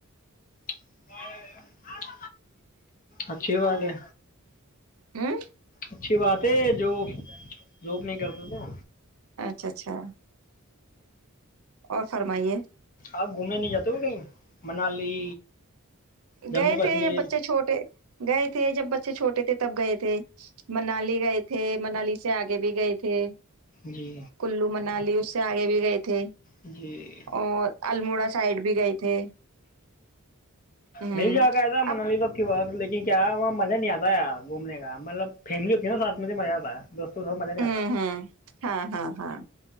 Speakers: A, on the left; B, on the right.
A: ا <unintelligible> اچھی بات ہے
B: اوں
A: اچھی بات ہے جو جاب نہیں کرتا تھا
B: اچھا اچھا اور فرمائیے
A: آپ گھومنے نہیں جاتے ہو کہیں منالی جموں
B: گئے
A: کشمیر
B: تھے یا بچے چھوٹے گئے تھے جب بچے چھوٹے تھے تب گئے تھے منالی گئے تھے منالی سے آگے بھی گئے تھے
A: جی
B: کلو منالی اس سے آگے بھی گئی تھ
A: جی
B: اور الموڑا سائڈ بھی گئے تھے ہ
A: میل ج آگ ہےا من
B: اب
A: ل لو کی لیکن کیا وہاں مزہ نہیں آتا ہے یار گھومنے کا مطلب فیملی ہوتی ہے نا ساتھ مجھے مزہ آتا ہے دوستوں کے ساتھ مزہ نہیں
B: ہ
A: آتا
B: ہوں ہاں ہاں ہاں